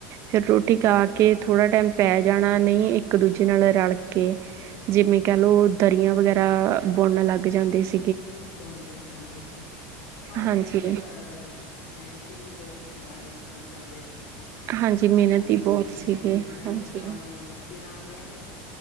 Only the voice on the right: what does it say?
ਫੇਰ ਰੋਟੀ ਖਾ ਕੇ ਥੋੜ੍ਹਾ ਟੈਮ ਪੈ ਜਾਣਾ ਨਈ ਇੱਕ ਦੂਜੇ ਨਾਲ ਰਲ ਕੇ ਜਿਵੇਂ ਕਹਿ ਲਓ ਦਰੀਆਂ ਵਗੈਰਾ ਬੁਣਨ ਲੱਗ ਜਾਂਦੇ ਸੀ।
ਹਾਂਜੀ
ਹਾਂਜੀ
ਮਿਹਨਤੀ
ਬਹੁਤ
ਸੀਗੇ
ਹਾਂਜੀ